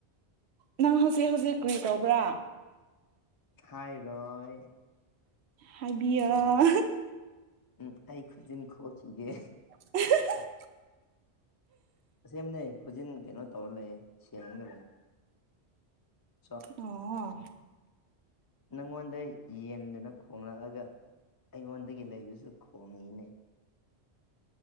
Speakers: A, on the right (about 75°); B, on the left (about 35°).
A: ꯅꯪ ꯍꯧꯖꯤꯛ ꯍꯧꯖꯤꯛ ꯀꯨꯏ ꯇꯧꯕ꯭ꯔꯥ
B: ꯈꯥꯏꯔꯣꯏ
A: ꯍꯥꯏꯕꯤꯌ
B: ꯎꯝ ꯑꯩ ꯈꯨꯖꯤꯟ ꯈꯣꯈꯤꯒꯦ
A: <inaudible>
B: ꯑꯁꯅꯩ ꯈꯨꯖꯤꯟ ꯀꯩꯅꯣ ꯇꯧꯔ ꯂꯩꯌꯦ ꯁꯦꯡꯉꯒ ꯂꯩꯔꯦ꯫ ꯆꯥ
A: ꯑꯣ
B: ꯅꯪꯉꯣꯟꯗ ꯌꯦꯟꯗꯨꯅ ꯈꯣꯡꯂꯛꯑꯒ ꯑꯩꯉꯣꯟꯗꯒꯤ ꯂꯩꯕꯁꯨ ꯈꯣꯡꯉꯤꯅꯦ꯫